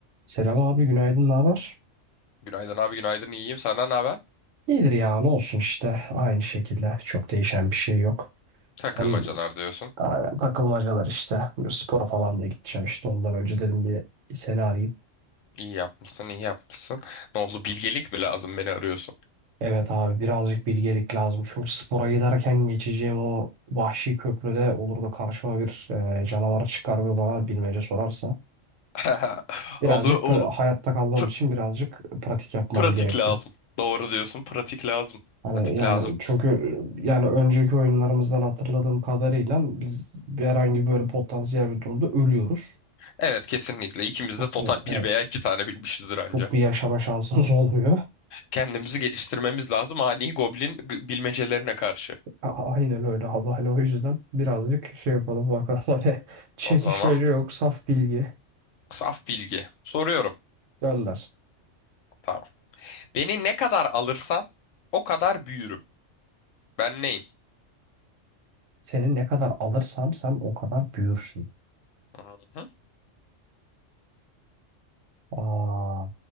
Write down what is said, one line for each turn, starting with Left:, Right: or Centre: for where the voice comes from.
Right: Selam abi günaydın ne haber?
Left: Günaydın abi günaydın iyiyim senden ne haber?
Right: İyidir ya ne olsun işte aynı şekilde çok değişen bir şey yok.
Left: Takılmacalar
Right: Sen
Left: diyorsun.
Right: aynen, takılmacalar işte Bu spora falan da gideceğim işte ondan önce dedim bir seni arayayım.
Left: İyi yapmışsın iyi yapmışsın. Ne oldu bilgelik mi lazım beni arıyorsun?
Right: Evet abi birazcık bilgelik lazım çünkü spora giderken geçeceğim o vahşi köprüde olur da karşıma bir e, canavar çıkar ve bana bilmece sorarsa
Left: <laughs>
Right: birazcık
Left: Onu, onu-
Right: pra- hayatta kalmam
Left: pr-
Right: için birazcık pratik yapmam
Left: pratik
Right: gerekiyor.
Left: lazım. Doğru diyorsun pratik lazım.
Right: Hani
Left: Pratik
Right: yani
Left: lazım.
Right: çünkü e, yani önceki oyunlarımızdan hatırladığım kadarıyla biz bir herhangi böyle potansiyel bir durumda ölüyoruz.
Left: Evet kesinlikle ikimiz
Right: Çok
Left: de total
Right: bir,
Left: bir
Right: evet
Left: veya iki tane bilmişizdir anca.
Right: çok bir yaşama şansımız <laughs> olmuyor.
Left: Kendimizi geliştirmemiz lazım ani goblin g- bilmecelerine karşı.
Right: A- Aynen öyle abi hani o yüzden birazcık şey yapalım bakalım <laughs> hani çekişmece
Left: O zaman
Right: yok saf bilgi
Left: saf bilgi. Soruyorum.
Right: gönder.
Left: Tamam. Beni ne kadar alırsan o kadar büyürüm. Ben neyim?
Right: Seni ne kadar alırsam sen o kadar büyürsün.
Left: Hı hı.
Right: Aa,